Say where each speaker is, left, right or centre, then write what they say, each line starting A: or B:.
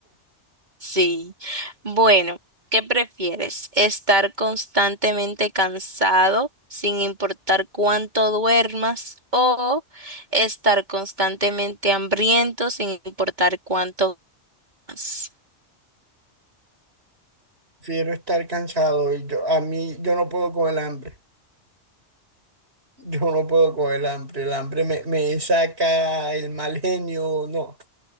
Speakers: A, on the right; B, on the right.
A: Sí. Bueno, ¿qué prefieres? ¿Estar constantemente cansado sin importar cuánto duermas o estar constantemente hambriento sin importar cuánto comas?
B: Prefiero estar cansado y yo, a mí, yo no puedo con el hambre. Yo no puedo con el hambre. El hambre me, me saca el mal genio. No.